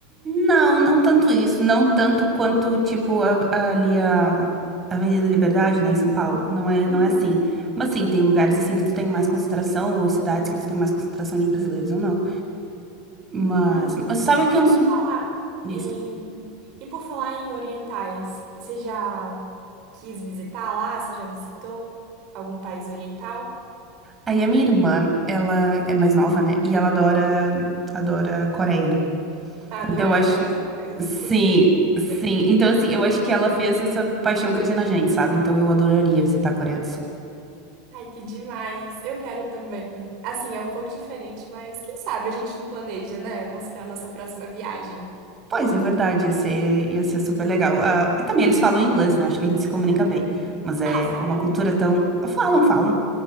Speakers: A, on the right; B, on the right.
A: Não, não tanto isso. Não tanto quanto, tipo, a- a- ali a a Avenida da Liberdade, né, em São Paulo. Não é, não
B: Uhum.
A: é assim. Mas sim, tem lugares assim que tu tem mais concentração, ou cidades que tu tem mais concentração de brasileiros, ou não. Mas,
B: Hum.
A: mas sabe que
B: E
A: é um
B: por
A: dos.
B: falar
A: Isso.
B: em, e por falar em orientais, você já quis visitar lá? Você já visitou algum país oriental?
A: Aí a minha irmã, ela é mais nova, né? E ela adora, adora Coreia, né?
B: Adorama
A: Então eu acho.
B: essas coisas,
A: Sim,
B: cultura. <laughs>
A: sim. Então, assim, eu acho que ela fez essa paixão crescer na gente, sabe? Então eu adoraria visitar a Coreia do Sul.
B: Ai, que demais. Eu quero também. Assim, é um pouco diferente, mas quem sabe a gente não planeja, né? Não será a nossa próxima viagem.
A: Pois, é verdade, ia ser, ia ser super legal. Ah, e também eles falam inglês, né? Acho que a gente se comunica bem. Mas é
B: Ah, falam?
A: uma cultura tão. Falam, falam.